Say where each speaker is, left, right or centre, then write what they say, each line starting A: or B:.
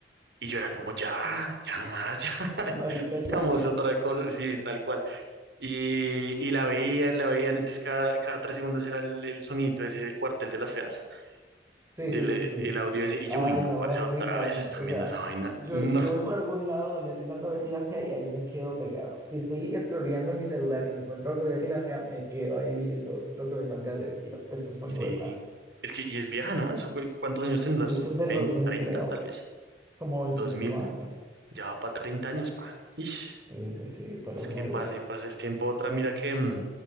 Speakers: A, on the right; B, on the right.
A: y yo era como, ya,
B: Mm,
A: ya nomás, ya, <laughs>
B: Marica, ya.
A: vamos otra cosa, sí, tal cual. Y, y la veían, la veían, entonces cada, cada tres segundos era el, el sonidito ese del cuartel de las feas,
B: Sí,
A: del,
B: sí, sí, sí.
A: el audio ese, y
B: Ay,
A: yo, uy, no,
B: no,
A: parece
B: a mí
A: otra
B: me encanta.
A: vez están
B: O sea,
A: viendo esa vaina,
B: yo,
A: no,
B: yo voy por algún lado donde estén dando Betty la Fea y ahí me quedo pegado. Si estoy scrolleando en mi celular y me encuentro algo de Betty la Fea, me quedo ahí viendo lo que me salga de Betty la Fea. Es que es muy
A: sí,
B: buena.
A: es que, y es vieja, ¿no? Eso, ¿cu- ¿cuántos años tendrá?
B: Sí,
A: ¿Sus
B: eso es del
A: 20,
B: dos mil
A: 30,
B: creo,
A: tal vez?
B: como 25
A: Dos mil.
B: años.
A: Ya va para 30 años, pa. Ish,
B: Sí, sí, sí, pero
A: es
B: es
A: que
B: muy
A: pasa
B: buena.
A: y pasa el tiempo. Otra, mira que, mm,